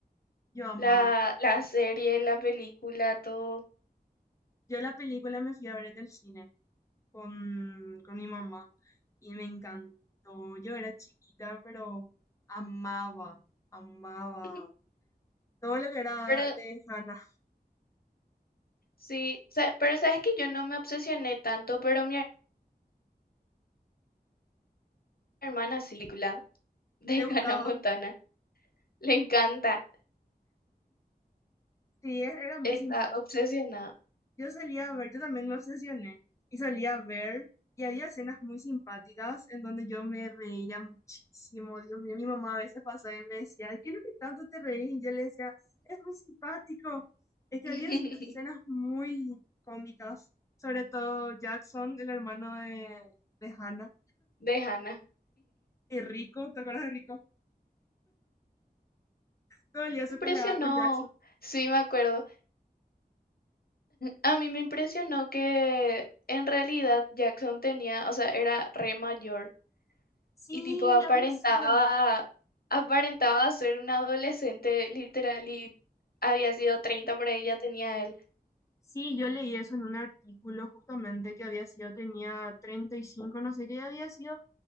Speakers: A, on the left; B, on the left.
A: Yo amaba.
B: la, la serie, la película, todo.
A: Yo la película me fui a ver en el cine con, con mi mamá y me encantó. Yo era chiquita, pero amaba, amaba
B: <laughs>
A: todo lo que era
B: Pero
A: de Hannah.
B: Sí, sa- pero sabes que yo no me obsesioné tanto, pero mi her- hermana sí, película <laughs> de
A: Le gustaba.
B: Hannah Montana. Le encanta,
A: Sí, era muy
B: está
A: simpática.
B: obsesionada
A: Yo salía a ver, yo también me obsesioné y salía a ver y había escenas muy simpáticas en donde yo me reía muchísimo. Dios mío, mi mamá a veces pasaba y me decía, ¿qué es lo que tanto te reís? Y yo le decía, es muy simpático. Es que
B: <laughs>
A: había ciertas escenas muy cómicas, sobre todo Jackson, el hermano de, de Hannah,
B: de Hannah.
A: y Rico, ¿te acuerdas de Rico? Todo el día se
B: impresionó,
A: peleaba con Jackson.
B: sí, me acuerdo. A mí me impresionó que en realidad Jackson tenía, o sea, era re mayor
A: Sí,
B: y tipo aparentaba,
A: había sido.
B: aparentaba ser un adolescente literal y había sido 30 por ahí, ya tenía él.
A: Sí, yo leí eso en un artículo justamente que había sido, tenía 35, no sé qué había sido.